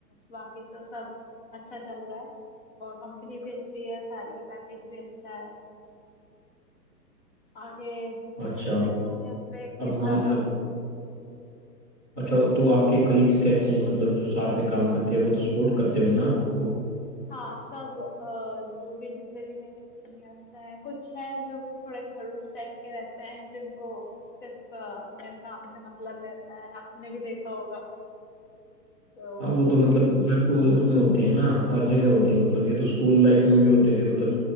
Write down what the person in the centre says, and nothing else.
अच्छा मतलब
अब
हाँ मतलब अच्छा तो आपके कलीग्स कैसे हैं मतलब जो साथ में काम करते हैं वो तो सपोर्ट करते होंगे ना आपको
हाँ वो तो मतलब हर को उसमें होते हैं ना हर जगह होते हैं मतलब ये तो स्कूल लाइफ में भी होते थे मतलब